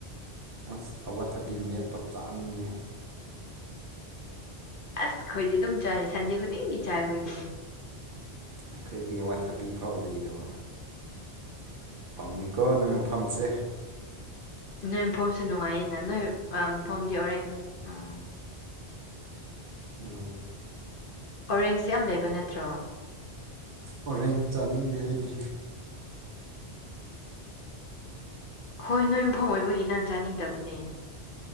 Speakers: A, on the right (about 55°); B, on the left (about 55°).
A: ꯑꯁ ꯑꯋꯥꯊꯕꯤ ꯃꯦꯠꯄ ꯆꯥꯅꯤꯡꯉꯦ
B: ꯑꯁ ꯈꯣꯏꯗꯤ ꯑꯗꯨꯝ ꯆꯥꯏ ꯁꯟꯗꯦ ꯈꯨꯗꯤꯡꯒꯤ ꯆꯥꯏ ꯈꯣꯏꯗꯤ
A: ꯑꯈꯣꯏꯗꯤ ꯑꯋꯥꯊꯕꯤ ꯐꯥꯎ ꯂꯩꯗꯕ ꯄꯥꯝꯃꯤꯀꯣ ꯅꯣꯏ ꯃꯐꯝꯁꯦ
B: ꯅꯣꯏ ꯃꯐꯝꯁꯨ ꯅꯨꯡꯉꯥꯏꯅ ꯅꯣꯏ ꯃꯐꯝꯗꯤ ꯑꯣꯔꯦꯟꯖ ꯎꯝ
A: ꯎꯝ
B: ꯑꯣꯔꯦꯟꯖ ꯌꯥꯝ ꯂꯩꯕ ꯅꯠꯇ꯭ꯔꯣ
A: ꯑꯣꯔꯦꯟ ꯆꯥꯅꯤꯡꯗꯦ ꯑꯩꯗꯤ
B: ꯍꯣꯏ ꯅꯣꯏ ꯃꯐꯝ ꯑꯣꯏꯕꯒꯤ ꯅꯪ ꯆꯥꯅꯤꯡꯗꯕꯅꯦ